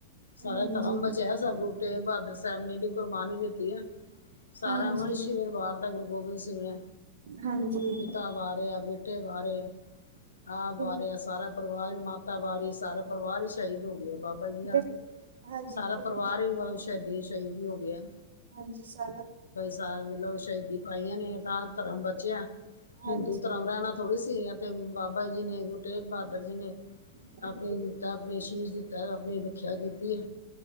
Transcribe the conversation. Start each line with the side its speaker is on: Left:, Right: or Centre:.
Left: ਸਾਰਾ
Right: ਹਾਂਜੀ।
Left: ਧਰਮ ਬ <unintelligible> ਗੁਰੂ ਤੇਗ ਬਹਾਦਰ ਸਾਹਿਬ ਨੇ ਜਿਹੜੀ ਕੁਰਬਾਨੀ ਦਿੱਤੀ ਐ, ਸਾਰਾ
Right: ਹਾਂਜੀ,
Left: ਵੰਸ਼ ਈ ਵਾਰਤਾ ਗੁਰੂ ਗੋਬਿੰਦ ਸਿੰਘ ਨੇ,
Right: ਹਾਂਜੀ
Left: ਪਿਤਾ ਵਾਰਿਆ ਬੇਟੇ ਵਾਰੇ ਆਪ ਵਾਰਿਆ,
Right: ਬਿਲ
Left: ਸਾਰਾ ਪਰਿਵਾਰ ਈ ਮਾਤਾ ਵਾਰੀ, ਸਾਰਾ ਪਰਿਵਾਰ ਈ ਸ਼ਹੀਦ ਹੋ ਗਿਆ ਬਾਬਾ ਜੀ ਦਾ।
Right: ਬਿਲ ਹਾਂਜੀ
Left: ਸਾਰਾ
Right: ਬਿਲਕੁਲ,
Left: ਪਰਿਵਾਰ
Right: ਬਿਲਕੁਲ
Left: ਈ, ਵਨ ਸ਼ਹੀਦੀ-ਸ਼ਹੀਦੀ ਹੋ ਗਿਆ।
Right: ਹਾਂਜੀ <unintelligible>
Left: ਸਾਰੀਆਂ ਸ਼ਹੀਦੀ ਪਾਈਆਂ ਨੇ ਤਾਂ ਧਰਮ ਬਚਿਆ
Right: ਹਾਂਜੀ
Left: ਹਿੰਦੂ ਧਰਮ ਰਹਿਣਾ ਥੋੜ੍ਹੀ ਸੀ। ਤੇ ਬਾਬਾ ਜੀ ਨੇ, ਗੁਰੂ ਤੇਗ ਬਹਾਦਰ ਜੀ ਨੇ।
Right: ਬਿਲਕੁਲ
Left: ਆਪਣੇ ਦਿੱਤਾ ਆਪਣੇ ਸ਼ੀਸ਼ ਦਿੱਤਾ ਆਪਣੀ ਰੱਖਿਆ ਕੀਤੀ ਐ।